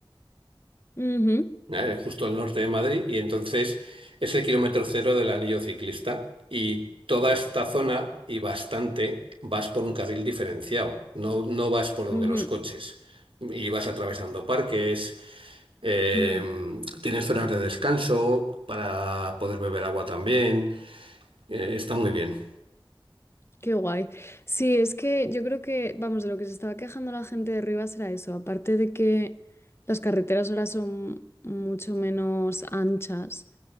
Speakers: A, on the left; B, on the right.
A: ujú,
B: ¿vale? Justo al norte de Madrid, y entonces es el kilómetro cero del anillo ciclista. Y toda esta zona y bastante vas por un carril diferenciado, no, no vas por donde
A: ujú,
B: los coches, y vas atravesando parques. Eh,
A: mm,
B: tienes zonas de descanso para poder beber agua también. Eh, está muy bien.
A: Qué guay. Sí, es que yo creo que, vamos, de lo que se estaba quejando la gente de Rivas era eso. Aparte de que las carreteras ahora son mucho menos anchas.